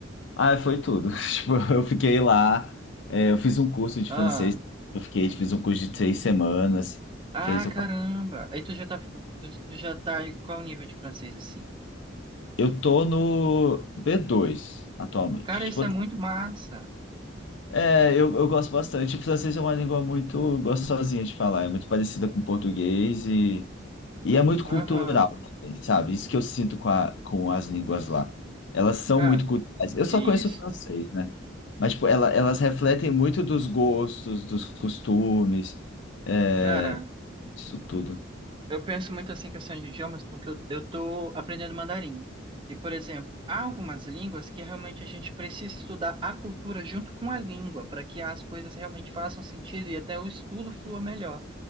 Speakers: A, on the left (about 65°); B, on the right (about 25°).
A: Ah, foi tudo. <laughs> Tipo, eu fiquei lá, é, eu fiz um curso de
B: Ah,
A: francês, eu fiquei, fiz um curso de três semanas,
B: ah,
A: três ou
B: caramba.
A: quatro.
B: Aí tu já tá, tu, tu já tá em qual nível de francês assim?
A: Eu tô no b dois atualmente.
B: Cara,
A: Tipo,
B: isso é muito massa.
A: É, eu, eu gosto bastante. O francês é uma língua muito gostosinha de falar, é muito parecida com o português e, e é muito cultural
B: Aham.
A: também, sabe? Isso que eu sinto com, a, com as línguas lá. Elas são
B: Cara,
A: muito culturais. Eu só
B: isso.
A: conheço o francês, né? Mas tipo, ela, elas refletem muito dos gostos, dos costumes, é,
B: Cara,
A: isso tudo.
B: Eu penso muito assim em questão de idiomas porque eu, eu tô aprendendo mandarim. E, por exemplo, há algumas línguas que realmente a gente precisa estudar a cultura junto com a língua para que as coisas realmente façam sentido e até o estudo flua melhor.